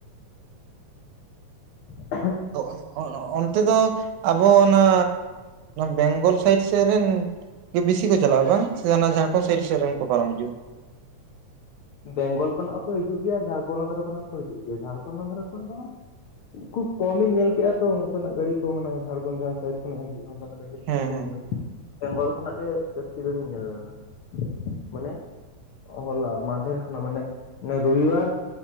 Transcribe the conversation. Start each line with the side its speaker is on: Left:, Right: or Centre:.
Left: ᱦᱩᱸ
Right: <inaudible> ᱚᱱᱛᱮ ᱫᱚ ᱟᱵᱚ ᱚᱱᱟ ᱵᱮᱝᱜᱚᱞ ᱥᱟᱭᱤᱰ ᱥᱮᱫ ᱨᱤᱱ ᱵᱤᱥᱤ ᱠᱚ ᱪᱟᱞᱟᱜᱼᱟ ᱵᱟᱝ ᱥᱮ ᱚᱱᱟ ᱡᱷᱟᱲᱠᱷᱰ ᱥᱟᱭᱤᱰ ᱨᱮᱱ ᱠᱚ ᱯᱟᱨᱚᱢ ᱦᱤᱡᱩᱼᱟ
Left: ᱵᱮᱝᱜᱚᱞ ᱠᱷᱚᱱᱟᱜ ᱦᱚᱸ ᱠᱚ ᱦᱤᱡᱩᱜ ᱜᱮᱭᱟ ᱡᱷᱟᱲᱠᱷᱚᱸᱰ ᱠᱚᱨᱮ ᱠᱷᱚᱱᱟᱜ ᱦᱚᱸ ᱠᱚ ᱦᱤᱡᱩᱜ ᱜᱮᱭᱟ ᱡᱷᱟᱲᱠᱷᱚᱸᱰ <unintelligible> ᱠᱷᱩᱵ ᱠᱚᱢ ᱤᱧ ᱧᱮᱞ ᱠᱮᱫᱼᱟ ᱛᱚ, ᱚᱱᱠᱟᱱᱟᱜ ᱜᱟᱹᱲᱤ ᱠᱚ ᱢᱟᱱᱮ ᱡᱷᱟᱲᱠᱷᱚᱸᱱᱰ ᱡᱟᱦᱟᱸ ᱥᱟᱭᱤᱰ ᱠᱷᱚᱱᱟᱜ ᱡᱟᱦᱟᱸ ᱦᱤᱡᱩᱜᱼᱟ, ᱚᱱ ᱠᱟᱱᱟᱜ᱾
Right: ᱦᱮᱸ ᱦᱮᱸ
Left: <unintelligible> ᱵᱮᱝᱜᱚᱞ ᱠᱷᱚᱱᱟᱜ ᱜᱮ ᱡᱟᱹᱥᱛᱤ ᱜᱷᱟᱹᱲᱤᱧ ᱧᱮᱞ ᱞᱮᱱᱟ᱾ ᱢᱟᱱᱮ ᱦᱚᱞᱟ ᱢᱟᱫᱷᱮᱨ ᱠᱷᱚᱱᱟᱜ ᱢᱟᱱᱮ ᱱᱤᱭᱟᱹ ᱨᱚᱵᱤᱵᱟᱨ,